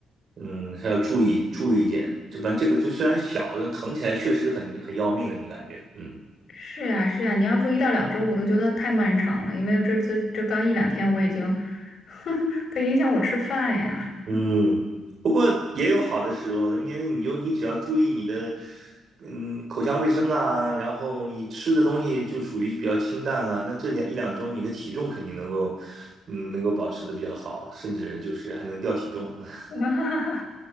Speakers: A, on the right (about 50°); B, on the left (about 55°).
A: 嗯，还要注意注意一点，这反正这个就虽然小，但疼起来确实很很要命那种感觉，嗯。
B: 是呀是呀，你要说一到两周，我都觉得太漫长了，因为这这这刚一两天我已经，<laughs> 它影响我吃饭呀，
A: 嗯，不过也有好的时候，因为你就你只要注意你的，嗯，口腔卫生啊，然后你吃的东西就属于比较清淡了，那这两一两周你的体重肯定能够，嗯，能够保持的比较好，甚至就是还能掉体重。<laughs>
B: <laughs>